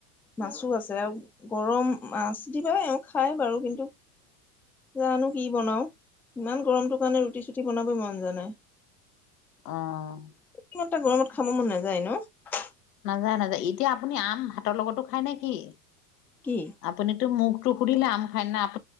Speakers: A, in the centre; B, on the left.
A: মাছো আছে আৰু গৰম মাছ কি কয় খাই বাৰু কিন্তু জানো কি বনাও ইমান গৰমটো কাৰণে ৰুটি চুটি বনাবই মন যোৱা নাই।
B: অ',
A: ইমান এটা গৰমত খাব মন নাযায় ন।
B: নাযায় - নাযায় এতিয়া আপুনি আম ভাতৰ লগতো খায় নে কি
A: কি
B: আপুনিতো মুখ নুখুধিলে আম খায় নে আপ